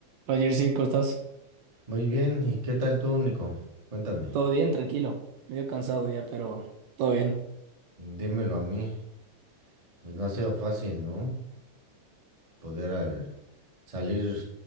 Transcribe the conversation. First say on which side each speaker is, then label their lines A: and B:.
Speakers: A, on the right; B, on the right.
A: Ayer sí, ¿cómo estás?
B: Muy bien, ¿y qué tal tú, Nico? Cuéntame,
A: Todo bien, tranquilo. Medio cansado ya, pero todo bien.
B: dímelo a mí. Pues no ha sido fácil, ¿no? Poder eh, salir